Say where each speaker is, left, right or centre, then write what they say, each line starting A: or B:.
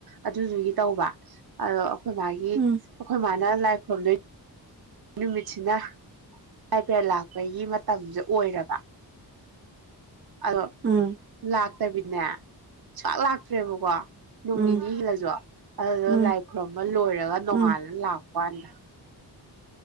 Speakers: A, on the right; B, on the right.
A: ꯑꯗꯨꯗꯨꯒꯤ ꯇꯧꯕ ꯑꯗꯣ ꯑꯩꯈꯣꯏ ꯃꯥꯒꯤ
B: ꯎꯝ
A: ꯑꯩꯈꯣꯏ ꯃꯥꯅ ꯂꯥꯏ ꯈꯨꯔꯨꯝꯗꯣꯏ ꯅꯨꯃꯤꯠꯁꯤꯅ ꯑꯩ ꯄꯦꯔꯠ ꯂꯥꯛꯄꯒꯤ ꯃꯇꯝꯖꯦ ꯑꯣꯏꯔꯕ ꯑꯗꯣ
B: ꯎꯝ
A: ꯂꯥꯛꯇꯕꯤꯅꯦ ꯁꯨꯋꯥꯠ ꯂꯥꯛꯇ꯭ꯔꯦꯕꯀꯣ ꯅꯣꯡ
B: ꯎꯝ
A: ꯅꯤꯅꯤ ꯍꯤꯜꯂꯖꯨ ꯑꯗꯨꯗꯨꯒ
B: ꯎꯝ
A: ꯂꯥꯏ ꯈꯨꯔꯨꯝꯕ ꯂꯣꯏꯔꯒ ꯅꯣꯡꯉꯥꯟꯂ
B: ꯎꯝ
A: ꯂꯥꯛ ꯄꯋꯥꯟꯗ